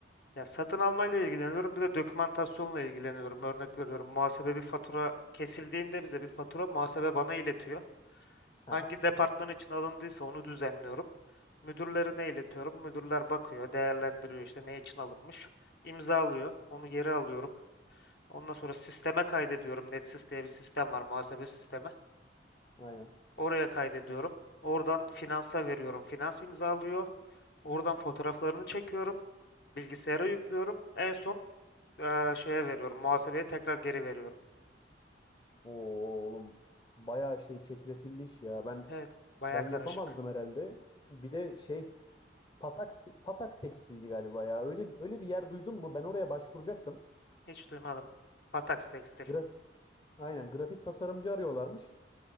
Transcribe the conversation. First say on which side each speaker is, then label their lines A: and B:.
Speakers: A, on the left; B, on the left.
A: ya satın almayla ilgileniyorum. Bir de dokümantasyonla ilgileniyorum. Örnek veriyorum. Muhasebe bir fatura kesildiğinde bize bir fatura muhasebe bana iletiyor.
B: Aha
A: Hangi departman için alındıysa onu düzenliyorum. Müdürlerine iletiyorum. Müdürler bakıyor, değerlendiriyor işte ne için alınmış. İmzalıyor. Onu geri alıyorum. Ondan sonra sisteme kaydediyorum. NetSys diye bir sistem var, muhasebe sistemi.
B: aynen.
A: Oraya kaydediyorum. Oradan finansa veriyorum. Finans imzalıyor. Oradan fotoğraflarını çekiyorum. Bilgisayara yüklüyorum. En son eee, şeye veriyorum. Muhasebeye tekrar geri veriyorum.
B: Oo oğlum bayağı şey çetrefilli iş ya. Ben
A: Evet, baya
B: ben yapamazdım
A: karışık.
B: herhalde. Bir de şey Patak Patak Tekstil'di galiba ya. Öyle öyle bir yer duydum mu? Ben oraya başvuracaktım.
A: Hiç duymadım. Patax Tekstil.
B: Grafik aynen grafik tasarımcı arıyorlarmış.